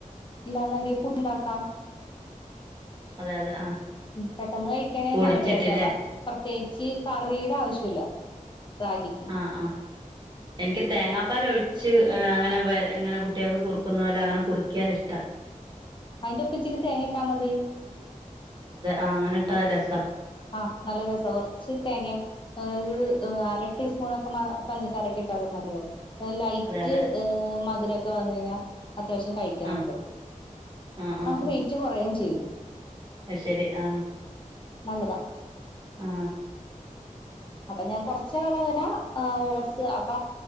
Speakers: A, on the left; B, on the right.
A: ഇല്ലാന്ന്ണ്ടേ ഫുഡുണ്ടാക്കാം
B: അതെ അതെ ആ
A: പെട്ടെന്ന് കഴിക്കണെ
B: പൊടിച്ചിട്ടില്ലേ
A: നല്ല ടേസ്റ്റ് അപ്പ ചേച്ചി കറിയുടെ ആവശ്യല്ല റാഗിക്ക്
B: ആ ആ എനിക്ക് തേങ്ങാപ്പാല് ഒഴിച്ച് അങ്ങനെ ഇങ്ങനെ കുട്ടികൾക്ക് കുറുക്കുന്ന അല്ല അങ്ങനെ കുറുക്കിയാൽ ഇഷ്ടാ
A: അയിന്റെ ഒപ്പ ഇച്ചിരി തേങ്ങട്ടാ മതി
B: ആഹ് അങ്ങനെ ട്ടാ അത് രസ
A: ആഹ് നല്ല രസ കുറച്ച് തേങ്ങയും ഒര് അര ടീസ്പൂൺ ഒക്കെ പഞ്ചസാര ഒക്കെ ഇട്ടാലും മതിയാവും ലൈറ്റ്
B: അതെ അതെ
A: മധുര ക്കെ വന്നായ്ഞ്ഞ അത്യാവശ്യം കഴിക്കാം
B: ആ
A: നമുക്ക്
B: ആ ആ
A: നമുക്ക്
B: ആ
A: വെയിറ്റ് കുറയും ചെയ്യും
B: അത് ശരി ആ
A: നല്ലതാ
B: ആ
A: അപ്പൊ ഞാൻ കൊറച്ച് നാള് അങ്ങനെ അ ഓട്സ് അപ്പ